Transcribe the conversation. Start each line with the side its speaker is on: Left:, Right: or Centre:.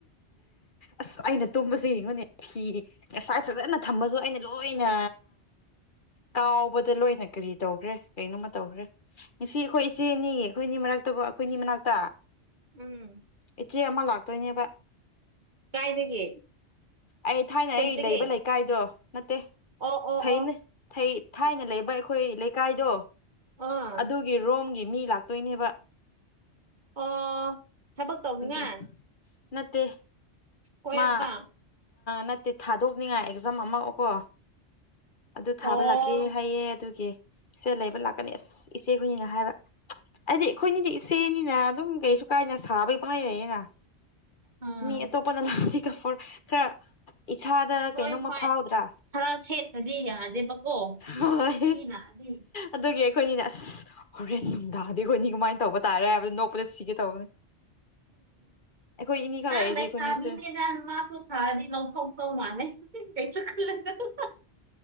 Left: ꯑꯁ ꯑꯩꯅ ꯇꯨꯝꯕꯁꯦ ꯌꯦꯡꯉꯣꯅꯦ ꯐꯤ ꯉꯁꯥꯏ ꯐꯖꯅ ꯊꯝꯕꯁꯨ ꯑꯩꯅ ꯂꯣꯏꯅ ꯀꯥꯎꯕꯗ ꯂꯣꯏꯅ ꯀꯔꯤ ꯇꯧꯈ꯭ꯔꯦ ꯀꯅꯣꯃ ꯇꯧꯈ꯭ꯔꯦ ꯉꯁꯤ ꯑꯩꯈꯣꯏ ꯏꯆꯦ ꯑꯥꯅꯤꯒꯤ ꯑꯩꯈꯣꯏꯅꯤ ꯃꯔꯛꯇꯀꯣ ꯑꯩꯈꯣꯏꯅꯤ ꯃꯅꯥꯛꯇ
Right: ꯎꯝ
Left: ꯏꯆꯦ ꯑꯃ ꯂꯥꯛꯇꯣꯏꯅꯦꯕ
Right: ꯀꯥꯏꯗꯒꯤ
Left: ꯑꯩ ꯊꯥꯏꯅ
Right: ꯈꯨꯟꯗꯒꯤ
Left: ꯑꯩ ꯂꯩꯕ ꯂꯩ ꯀꯥꯏꯗꯣ ꯅꯠꯇꯦ
Right: ꯑꯣ ꯑꯣ
Left: ꯊꯩꯅꯦ
Right: ꯑꯣ
Left: ꯊꯥꯏꯅ ꯂꯩꯕ ꯑꯩꯈꯣꯏ ꯂꯩꯀꯥꯏꯗꯣ
Right: ꯑꯥ
Left: ꯑꯗꯨꯒꯤ ꯔꯣꯝꯒꯤ ꯃꯤ ꯂꯥꯛꯇꯣꯏꯅꯦꯕ
Right: ꯑꯣ ꯊꯕꯛ ꯇꯧꯅꯤꯡꯉꯥꯏ
Left: ꯑꯗꯨ ꯅꯠꯇꯦ
Right: ꯀꯣꯏꯔꯛꯄ
Left: ꯃꯥ ꯅꯠꯇꯦ ꯊꯥꯗꯣꯛꯅꯤꯡꯉꯥꯏ ꯑꯦꯛꯖꯥꯝ ꯑꯃꯀꯣ ꯑꯗꯨ ꯊꯥꯕ
Right: ꯑꯣ
Left: ꯂꯥꯛꯀꯦ ꯍꯥꯏꯌꯦ ꯑꯗꯨꯒꯤ ꯁꯦ ꯂꯩꯕ ꯂꯥꯛꯀꯅꯤ ꯑꯁ ꯏꯆꯦ ꯍꯣꯏꯅꯤꯅ ꯍꯥꯏꯕ ꯍꯥꯏꯗꯤ ꯑꯩꯈꯣꯏꯅꯤꯗꯤ ꯏꯆꯦꯅꯤꯅ ꯑꯗꯨꯝ ꯀꯩꯁꯨ ꯀꯥꯏꯅ ꯁꯥꯕꯩ ꯄꯪꯂꯩ ꯂꯩꯑꯦꯅ
Right: ꯑꯥ
Left: ꯃꯤ ꯑꯇꯣꯞꯄꯅ ꯂꯥꯛꯒ ꯈꯔ ꯏꯁꯥꯗ
Right: ꯍꯣꯏ
Left: ꯀꯩꯅꯣꯝꯃ
Right: ꯍꯣꯏ
Left: ꯐꯥꯎꯗ꯭ꯔꯥ
Right: ꯈꯔ ꯁꯦꯠꯄꯗꯤ ꯌꯥꯗꯦꯕꯀꯣ
Left: ꯍꯣꯏ
Right: ꯃꯤ ꯂꯥꯛꯑꯗꯤ
Left: ꯑꯗꯨꯒꯤ ꯑꯩꯈꯣꯏꯅꯤꯅ ꯑꯁ ꯍꯣꯔꯦꯟ ꯅꯨꯡꯗꯥꯡꯗꯤ ꯑꯩꯈꯣꯏꯅꯤ ꯀꯃꯥꯏꯅ ꯇꯧꯕ ꯇꯥꯔꯦ ꯍꯥꯏꯕꯗ ꯅꯣꯛꯄꯗ ꯁꯤꯒꯦ ꯇꯧꯕꯅꯦ ꯑꯩꯈꯣꯏ ꯏꯅꯤ ꯈꯛ ꯂꯩꯔꯗꯤ
Right: ꯑꯥ ꯂꯩꯁꯕꯤ
Left: ꯑꯩꯈꯣꯏꯅꯤꯁꯨ
Right: ꯃꯥꯁꯨ ꯁꯥꯔꯥꯗꯤ ꯂꯧꯊꯣꯛꯇꯧ ꯃꯥꯂꯦ ꯀꯩꯁꯨ ꯈꯟꯂꯨꯅꯨꯗꯥ